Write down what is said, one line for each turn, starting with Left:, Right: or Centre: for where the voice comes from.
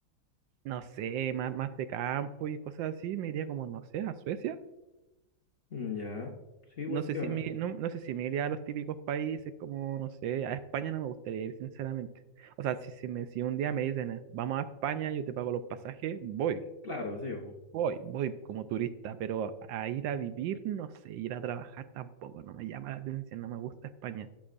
Right: no sé, más, más de campo y cosas así, me iría como, no sé, a Suecia.
Left: mm, ya, sí, igual
Right: No sé
Left: piola.
Right: si me, no, no sé si me iría a los típicos países como, no sé, a España no me gustaría ir, sinceramente. O sea, si, si, me, si un día me dicen, eh, vamos a España, yo te pago los pasajes, voy.
Left: Claro, sí. bo.
Right: Voy, voy como turista, pero a ir a vivir, no sé, ir a trabajar tampoco, no me llama la atención, no me gusta España.